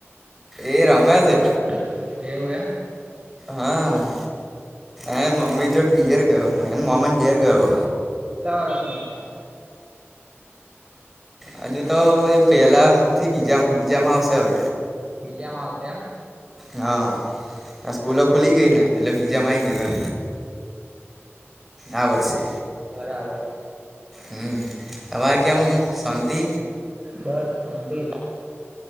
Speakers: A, in the centre; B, on the right.
A: એ
B: <unintelligible>
A: રમે છે
B: એવું એમ
A: હા એ મમ્મી
B: હા
A: જોડ પિયર ગયો એ મોમા ને ઘેર ગયો
B: કેટલા વારસ નો થયો
A: હજુ તો
B: હે
A: એવું પહેલાં મથી બીજા બીજામાં આવશે હવે
B: બીજામાં આવશે એમ
A: હા સ્કૂલો ખુલી ગઈ ને એટલે બીજા માં આવી ગયો એમ આ વર્ષે
B: બરાબર
A: હમ્મ તમારે કેવું? હુ શાંતિ
B: બસ શાંતિ